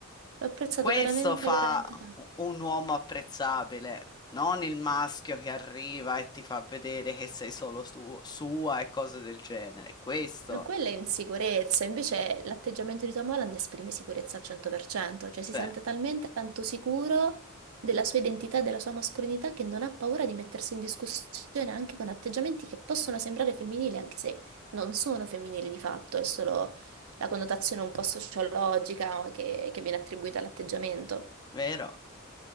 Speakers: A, on the right (about 80°); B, on the left (about 20°).
A: L'ho apprezzato
B: questo
A: veramente,
B: fa
A: veramente tanto.
B: u- un uomo apprezzabile, non il maschio che arriva e ti fa vedere che sei solo su- sua e cose del genere. Questo,
A: Ma quella è insicurezza, invece l'atteggiamento di Tom Holland esprime sicurezza al 100%, cioè
B: sì,
A: si sente talmente tanto sicuro della sua identità e della sua mascolinità che non ha paura di mettersi in discussione anche con atteggiamenti che possono sembrare femminili, anche se non sono femminili di fatto, è solo la connotazione un po' sociologica no, che, che viene attribuita all'atteggiamento.
B: vero,